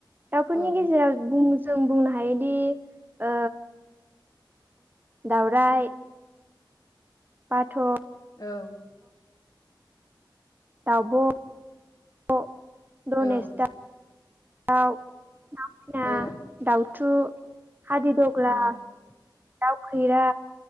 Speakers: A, on the right (about 25°); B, on the left (about 50°).
A: दाउफोरनि
B: औ
A: गेजेराव बु जों बुंनो हायोदि ओ दावराय बाथ'
B: औ
A: दावब'ब' दनेसदाव
B: औ
A: दाउ दाउसिना
B: औ
A: दाउथु हादिदग्ला
B: औ
A: दाउ खैरा